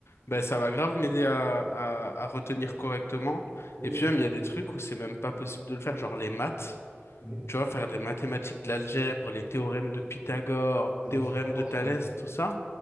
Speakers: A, on the left; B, on the right.
A: ben, ça va grave m'aider à, à, à retenir
B: Ouais,
A: correctement.
B: Oui,
A: Et puis
B: exactement.
A: même, il y a des trucs où c'est même pas possible de le faire, genre les maths.
B: Oui,
A: Tu vois, faire des mathématiques, de l'algèbre, les théorèmes de Pythagore,
B: Euh,
A: théorème
B: c'est pas ton
A: de Thalès,
B: truc.
A: tout ça